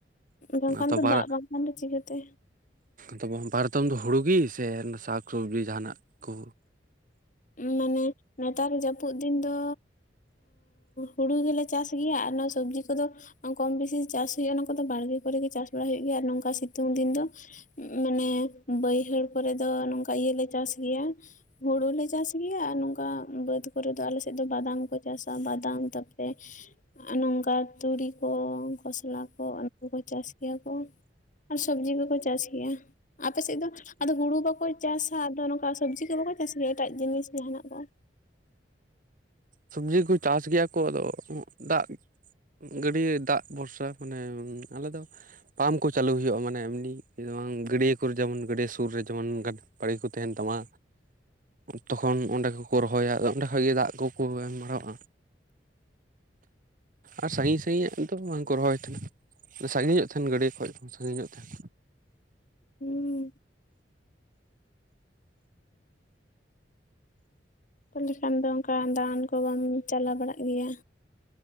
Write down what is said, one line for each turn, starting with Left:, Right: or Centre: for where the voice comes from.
Left: ᱵᱟᱝ ᱠᱷᱟᱱ
Right: ᱛᱚ
Left: ᱫᱚ
Right: ᱵᱟᱨ
Left: ᱫᱟᱜ ᱵᱟᱝ ᱠᱷᱟᱱ ᱫᱚ ᱪᱤᱠᱟᱹ ᱛᱮ
Right: ᱛᱚ ᱵᱟᱨ ᱫᱚᱢ ᱫᱚ ᱦᱩᱲᱩ ᱜᱮ ᱥᱮ ᱥᱟᱠ-ᱥᱚᱵᱽᱡᱤ ᱡᱟᱦᱟᱸ ᱱᱟᱜ ᱠᱚ
Left: ᱢᱟᱱᱮ ᱱᱮᱛᱟᱨ ᱡᱟᱹᱯᱩᱫ ᱫᱤᱱ ᱫᱚᱻ ᱦᱩᱲᱩ ᱫᱚᱞᱮ ᱪᱟᱥ ᱜᱮᱭᱟ ᱟᱨ ᱱᱚᱣᱟ ᱥᱚᱵᱡᱤ ᱠᱚᱫᱚ ᱠᱚᱢ ᱵᱮᱥᱤ ᱪᱟᱥ ᱦᱩᱭᱩᱜᱼᱟ ᱚᱱᱟ ᱠᱚᱫᱚ ᱵᱟᱲᱜᱮ ᱠᱚᱨᱮ ᱜᱮ ᱪᱟᱥ ᱵᱟᱲᱟ ᱦᱩᱭᱩᱜ ᱜᱮᱭᱟ ᱟᱨ ᱱᱚᱝᱠᱟ ᱥᱤᱛᱩᱝ ᱫᱤᱱ ᱫᱚ ᱢᱟᱱᱮ ᱵᱟᱹᱭᱦᱟᱹᱲ ᱠᱚᱨᱮ ᱫᱚ ᱱᱚᱝᱠᱟ ᱤᱭᱟᱹᱞᱮ ᱪᱟᱥ ᱜᱮᱭᱟ ᱦᱩᱲᱩ ᱞᱮᱮ ᱪᱟᱥ ᱜᱮᱭᱟ ᱱᱚᱝᱠᱟ ᱵᱟᱹᱫᱽ ᱠᱚᱨᱮ ᱫᱚ ᱟᱞᱮ ᱥᱮᱫ ᱫᱚ ᱵᱟᱫᱟᱢ ᱠᱚ ᱪᱟᱥᱼᱟ ᱵᱟᱫᱟᱢ ᱛᱟᱯᱚᱨᱮ ᱟᱨ ᱱᱚᱝᱠᱟ ᱛᱩᱲᱤ ᱠᱚ ᱠᱷᱚᱥᱞᱟ ᱠᱚ ᱚᱱᱟ ᱠᱚᱠᱚ ᱪᱟᱥ ᱜᱮᱭᱟ ᱠᱚ ᱟᱨ ᱥᱚᱵᱡᱤ ᱠᱚᱠᱚ ᱪᱟᱥ ᱜᱮᱭᱟ ᱟᱯᱮ ᱥᱮᱫ ᱫᱚ ᱟᱫᱚ ᱦᱩᱲᱩ ᱵᱟᱠᱚ ᱪᱟᱥᱟ ᱟᱫᱚ ᱱᱚᱝᱠᱟ ᱥᱚᱵᱽᱡᱤ ᱠᱚ ᱵᱟᱠᱚ ᱪᱟᱥ ᱜᱮᱭᱟ ᱮᱴᱟᱜ ᱡᱤᱱᱤᱥ ᱡᱟᱦᱟᱱᱟᱜ ᱠᱚ
Right: ᱥᱚᱵᱡᱤ ᱠᱚ ᱪᱟᱥ ᱜᱮᱭᱟ ᱠᱚ ᱟᱫᱚ ᱫᱟᱜ ᱜᱟᱹᱰᱭ ᱫᱟᱜ ᱵᱷᱚᱨᱥᱟ ᱢᱟᱱᱮ ᱟᱞᱮ ᱫᱚ ᱯᱟᱢᱯ ᱠᱚ ᱪᱟᱹᱞᱩ ᱦᱩᱭᱩᱜᱼᱟ ᱢᱟᱱᱮ ᱮᱢᱱᱤ ᱡ ᱵᱟᱝ ᱜᱟᱹᱰᱭᱟᱹ ᱠᱚᱨᱮ ᱡᱮᱢᱚᱱ ᱜᱟᱹᱰᱭᱟᱹ ᱥᱩᱨ ᱨᱮ ᱡᱮᱢᱚᱱ ᱚᱱᱠᱟᱱ ᱵᱟᱟᱹᱲᱤ ᱠᱚ ᱛᱟᱦᱮᱱ ᱛᱟᱢᱟ ᱛᱚᱠᱷᱚᱱ ᱚᱸᱰᱮ ᱠᱚᱠᱚ ᱨᱚᱦᱚᱭᱟ ᱚᱸᱰᱮ ᱠᱷ ᱜᱮ ᱫᱟᱜ ᱠᱚ ᱠᱚ ᱮᱢ ᱵᱟᱲᱟᱜᱼᱟ ᱟᱨ ᱥᱟᱺᱜᱤᱧ ᱥᱟᱺᱜᱤᱧ ᱫᱚ ᱵᱟᱝᱠᱚ ᱨᱚᱦᱚᱭ ᱛᱟᱦᱮᱱᱟ ᱥᱟᱺᱜᱤᱧ ᱧᱚᱜ ᱛᱟᱦᱮᱱ ᱜᱟᱹᱰᱤ ᱠᱷᱚᱱ ᱥᱟᱺᱜᱤᱧ ᱧᱚᱜ ᱛᱟᱦᱮᱱ
Left: ᱦᱩᱸ ᱛᱟᱞᱮᱠᱷᱟᱱ ᱫᱚ ᱚᱱᱠᱟ ᱫᱟᱬᱟᱱ ᱠᱚ ᱵᱟᱢ ᱪᱟᱞᱟᱣ ᱵᱟᱲᱟᱜ ᱜᱮᱭᱟ